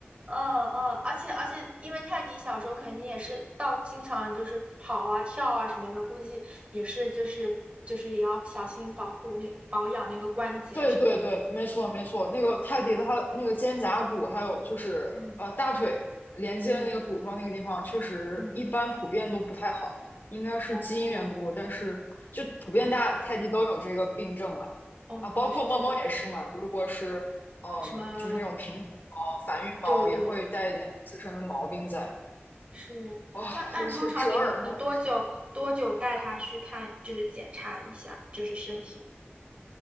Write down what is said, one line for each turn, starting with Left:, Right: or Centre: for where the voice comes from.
Right: 嗯嗯，而且而且，因为泰迪小时候肯定也是到经常就是跑啊跳啊什么的，估计也是就是就是也要小心保护那保养那个关节什么的。
Left: 对对对，没错没错，
Right: 嗯
Left: 那个泰迪的它那个肩胛骨，还有就是呃大腿连接的那个骨头那个地方，
Right: 嗯嗯
Left: 确实一般普遍都不太好，
Right: 嗯，
Left: 应该是基因缘故，
Right: 哦
Left: 但是就普遍大泰迪都有这个病症了
Right: 嗯哦，
Left: 啊，
Right: 原来是这样。
Left: 包括猫猫也是嘛，如果是嗯就是那种品种猫、
Right: 什么？
Left: 繁育猫也会带一点自身的毛病在，
Right: 对对是。
Left: 哇，
Right: 那那通常你们你多久多久带他去看，
Left: 尤其是折耳猫那
Right: 就是检查一下，就是身体，